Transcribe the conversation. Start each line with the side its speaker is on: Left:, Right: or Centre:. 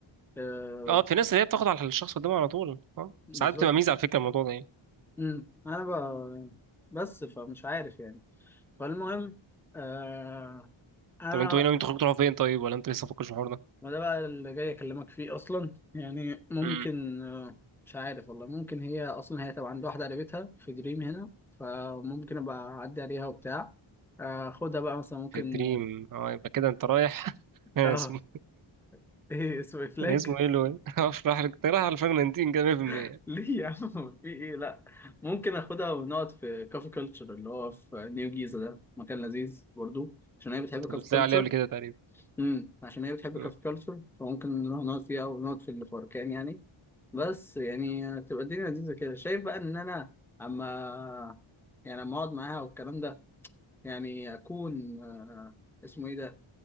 Centre: آه
Right: اه في ناس اللي هي بتاخد على الشخص قدامها على طول اه
Centre: بالظبط
Right: ساعات بتبقى ميزه على فكره الموضوع ده يعني
Centre: امم انا ب... بس فمش عارف يعني فالمهم آه انا
Right: طب انتوا ايه ناويين تخرجوا تروحوا فين طيب ولا انتوا لسه مفكرش في الحوار
Centre: ما ده بقى اللي جاي اكلمك فيه اصلا يعني ممكن
Right: ده
Centre: آه، مش عارف والله ممكن هي اصلا هي طبعا عندها واحده قريبتها في دريم هنا فممكن ابقى اعدي عليها وبتاع آه، خدها بقى مثلا ممكن
Right: في دريم اه يبقى كده انت رايح <laughs> اسمه
Centre: اه آه، <laughs> ايه اسمه إيه؟ فلاج
Right: اسمه ايه لو <laughs> افرح لك انت <laughs> رايح على الفرنتين كده 100%
Centre: <laughs>
Right: انت
Centre: ليه يا عم في ايه لا ممكن اخدها ونقعد في كافي كلتشر اللي هو في نيو جيزه ده مكان لذيذ برضو عشان هي بتحب
Right: كنت
Centre: كافي
Right: بتلاقي
Centre: كلتشر
Right: عليه قبل كده تقريبا
Centre: امم عشان هي بتحب
Right: مم.
Centre: كافي كلتشر فممكن نروح نقعد فيها ونقعد في اللي في أركان يعني بس يعني تبقى الدنيا لذيذة كده شايف بقى إن أنا أما يعني أما أقعد معاها والكلام ده يعني أكون آه، اسمه إيه ده؟